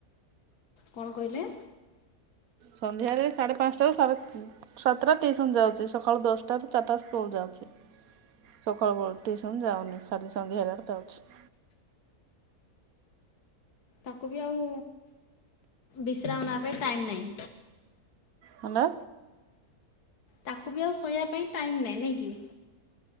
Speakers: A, on the left; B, on the right.
A: କଣ କହିଲେ?
B: ସନ୍ଧ୍ୟାରେ ସାଢ଼େ ପାଞ୍ଚଟାରୁ ସାଢେ ସାତଟା ଟିଉସନ ଯାଉଛି ସକାଳୁ ଦଶଟାରୁ ଚାରିଟା ସ୍କୁଲ ଯାଉଛି। ସକାଳବେଳୁ ଟିଉସନ୍ ଯାଉନି ଖାଲି ସନ୍ଧ୍ୟା ବେଳ ଆଡେ ଯାଉଛି।
A: ତାକୁ ବି ଆଉ ବିଶ୍ରାମ ନବା ପାଇଁ ଟାଇମ ନାହିଁ।
B: ହାଲୋ।
A: ତାକୁ ବି ଆଉ ଶୋଇବା ପାଇଁ ଟାଇମ୍ ନାହିଁ ନାଇଁ କି?